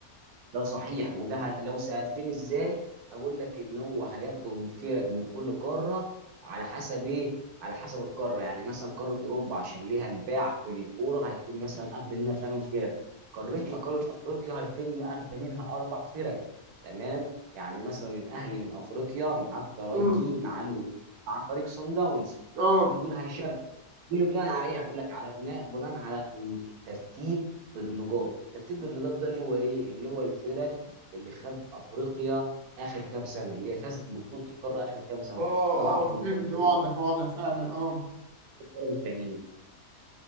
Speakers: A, on the right (about 80°); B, on the right (about 60°).
A: ده صحيح وده ه- لو سألتني ازاي هقول لك ان هو هياخده من فرق من كل قاره على حسب ايه على حسب القاره يعني مثلا قاره اوروبا عشان ليها الباع في الكوره هيتم مثلا اخذ منها ثمان فرق قارتنا قاره افريقيا هيتم اخذ منها اربع فرق تمام يعني مثلا الاهلي من افريقيا مع الترجي
B: امم
A: مع الود مع فريق صن داونز
B: اه
A: كل دول هيشاركوا دول اللي بناء عليها بقول لك على بناء بناء على إن الترتيب بالنقاط الترتيب بالنقاط ده اللي هو ايه اللي هو الفرق اللي خدت افريقيا اخر كام سنه اللي هي فازت ببطوله القاره اخر كام سنه
B: اه
A: طبعا
B: اه
A: في مقدمه
B: فهمت واضح واضح فعلا اه
A: التانيين